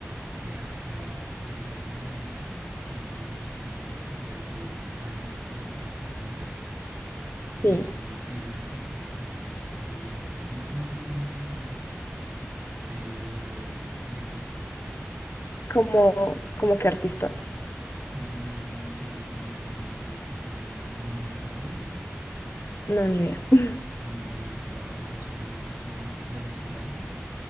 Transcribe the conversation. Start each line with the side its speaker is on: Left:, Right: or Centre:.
Right: de acá, de Latinoamérica, que no han salido, o sea, que están hasta ahorita empezando
Left: Sí,
Right: y tienen así como canciones calmaditas. No, no me sé ni qué género es, pero me gusta mucho.
Left: como, como que artista.
Right: Mm, no sé si conoces una banda que se llama Mother Flowers.
Left: No, ni idea. <laughs>
Right: Mo- Mother Flowers es una, es- son venezolanos